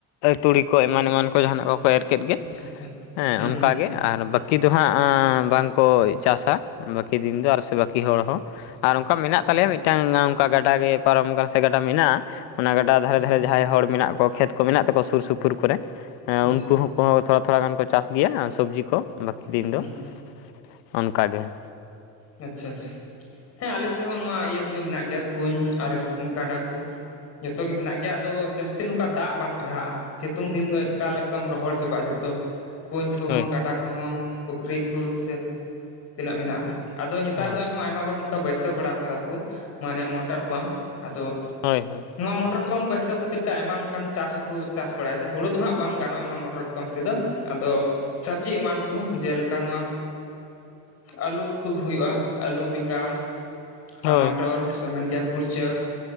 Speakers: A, on the left; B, on the left.
A: ᱛᱩᱲᱤ ᱠᱚ ᱮᱢᱟᱱ ᱮᱢᱟᱱ ᱠᱚ ᱡᱟᱦᱟᱸᱱᱼᱟᱜ ᱠᱚᱠᱚ ᱮᱨ ᱠᱮᱫ ᱜᱮ
B: ᱟᱪᱪᱷᱟ
A: ᱾
B: ᱟᱪᱪᱷᱟ
A: <inaudible> ᱦᱮᱸ
B: ᱦᱩᱸ
A: ᱚᱱᱠᱟ
B: ᱦᱩᱸ
A: ᱜᱮ ᱟᱨ ᱵᱟᱠ ᱵᱟᱹᱠᱤ ᱫᱚ ᱦᱟᱸᱜ ᱟᱸᱻ ᱵᱟᱝᱠᱚ ᱪᱟᱥᱟ ᱵᱟᱹᱠᱤ ᱫᱤᱱ ᱫᱚ ᱟᱨ ᱥᱮ ᱵᱟᱹᱠᱤ ᱦᱚᱲ ᱦᱚᱸ ᱾ ᱟᱨ ᱚᱱᱠᱟ ᱢᱮᱱᱟᱜ
B: ᱟᱪᱪᱷᱟ
A: ᱛᱟᱞᱮᱭᱟ
B: ᱟᱪᱪᱷᱟ
A: ᱢᱤᱫᱴᱟᱝ ᱚᱱᱠᱟ ᱜᱟᱰᱟ ᱜᱮ ᱯᱟᱨᱚᱢ ᱟᱠᱟᱱᱟ ᱥᱮ ᱜᱟᱰᱟ ᱢᱮᱱᱟᱜᱼᱟ, ᱚᱱᱟ ᱜᱟᱰᱟ ᱫᱷᱟᱨᱮ
B: ᱦᱩᱸ
A: ᱫᱷᱟᱨᱮ ᱡᱟᱦᱟᱸᱭ ᱦᱚᱲ ᱢᱮᱱᱟᱜ ᱠᱚᱣᱟ ᱠᱷᱮᱛ ᱠᱚ ᱢᱮᱱᱟᱜ ᱛᱟᱠᱚᱣᱟ ᱥᱩᱨ ᱥᱩᱯᱩᱨ ᱠᱚᱨᱮ
B: ᱟᱪᱪᱷᱟ
A: ᱩᱱᱠᱩ
B: ᱟᱪᱪᱷᱟ
A: ᱦᱚᱠᱚᱸ ᱛᱷᱚ ᱛᱷᱚᱲᱟ ᱜᱟᱱ ᱠᱚ ᱪᱟᱥ ᱜᱮᱭᱟ ᱥᱚᱵᱽᱡᱤ ᱠᱚ ᱵᱟᱹᱠᱤ ᱫᱤᱱ ᱫᱚ
B: ᱦᱩᱸ
A: <inaudible> ᱚᱱᱠᱟ ᱜᱮ ᱾
B: ᱟᱪᱪᱷᱟ ᱟᱪᱪᱷᱟ ᱾ ᱦᱮᱸ ᱟᱞᱮ ᱥᱮᱫ ᱦᱚᱸ ᱱᱚᱣᱟ ᱤᱭᱟᱹ ᱠᱚᱫᱚ ᱢᱮᱱᱟᱜ ᱜᱮᱭᱟ ᱾ ᱠᱩᱧ ᱟᱨ ᱜᱟᱰᱟ ᱠᱚ ᱡᱚᱛᱚ ᱜᱮ ᱢᱮᱱᱟᱜ ᱜᱮᱭᱟ ᱾ ᱟᱫᱚ ᱡᱟᱹᱥ ᱛᱤ ᱱᱚᱝᱠᱟ ᱫᱟᱜ ᱵᱟᱝ ᱴᱟᱨᱦᱟᱜᱼᱟ ᱥᱤᱛᱩᱝ ᱫᱤᱱ ᱫᱚ ᱮᱠᱟᱞ ᱮᱠᱫᱚᱢ ᱨᱚᱦᱚᱲ ᱪᱟᱵᱟᱜᱼᱟ ᱡᱚᱛᱚ ᱾ ᱠᱩᱧ ᱠᱚᱦᱚᱸ
A: ᱦᱳᱭ
B: ᱜᱟᱰᱟ ᱠᱚᱦᱚᱸ ᱯᱩᱠᱷᱨᱤ ᱠᱚ ᱥᱮ <inaudible> ᱛᱤᱱᱟᱹᱜ ᱢᱮᱱᱟᱜᱼᱟ ᱾ ᱟᱫᱚ ᱱᱮᱛᱟᱨ
A: ᱦᱳᱭ
B: ᱫᱚ ᱮᱱᱦᱚᱸ ᱟᱭᱢᱟ ᱦᱚᱲ ᱱᱚᱝᱠᱟ ᱵᱟᱹᱭᱥᱟᱹᱣ ᱵᱟᱲᱟ ᱟᱠᱟᱫᱟ ᱠᱚ ᱢᱟᱱᱮ ᱢᱚᱴᱚᱨ ᱯᱟᱢᱯ ᱟᱫᱚ
A: ᱦᱳᱭ ᱦᱳᱭ ᱾
B: ᱱᱚᱣᱟ ᱢᱚᱴᱚᱨ ᱯᱟᱢᱯ ᱵᱟᱹᱭᱥᱟᱹᱣ ᱠᱷᱟᱹᱛᱤᱨ ᱛᱮ ᱟᱭᱢᱟ ᱱᱚᱝᱠᱟᱱ ᱪᱟᱥ ᱦᱚᱸᱠᱚ ᱪᱟᱥ ᱵᱟᱲᱟᱭᱮᱫᱟ, ᱦᱩᱲᱩ ᱫᱚ ᱦᱟᱸᱜ ᱵᱟᱝ ᱜᱟᱱᱚᱜᱼᱟ ᱚᱱᱟ ᱢᱚᱴᱚᱨ ᱯᱟᱢᱯ ᱛᱮᱫᱚ ᱾ ᱟᱫᱚ ᱥᱚᱵᱽᱡᱤ ᱮᱢᱟᱱ ᱠᱩ ᱡᱮᱞᱮᱠᱟ ᱱᱚᱣᱟ ᱟᱹᱞᱩ ᱠᱷᱩᱵ ᱦᱩᱭᱩᱜᱼᱟ ᱟᱹᱞᱩ ᱵᱮᱸᱜᱟᱲ <inaudible> ᱴᱟᱢᱟᱴᱚᱨ
A: ᱦᱳᱭ
B: ᱥᱮ ᱢᱮᱱ ᱠᱮᱭᱟ ᱠᱩᱲᱪᱟᱹ